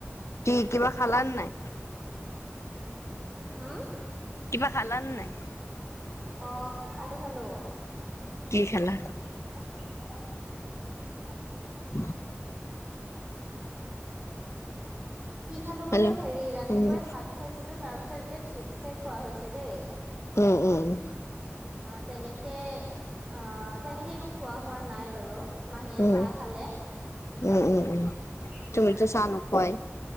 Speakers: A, on the left (about 85°); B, on the right (about 25°).
A: কি কিবা খালা নাই।
B: উম।
A: কিবা খালা নাই?
B: অ খালো খালো। <unintelligible>
A: কি খালা? <inaudible>
B: কি খালো মানে
A: হেল্ল'।
B: হেৰি ৰাতিপুৱাই
A: উম,
B: ভাত খাইছিলো তাৰ পিছত এতিয়া চিপছে খোৱা হৈছে দেই।
A: উম উম উ।
B: অ তেনেকে অ তেনেকে একো খোৱা হোৱা নাই বাৰু। মাহীয়ে
A: উম,
B: চাহ খালে।
A: উম, উম, উম,
B: উম উম
A: তুমিতো চাহ নোখোৱাই?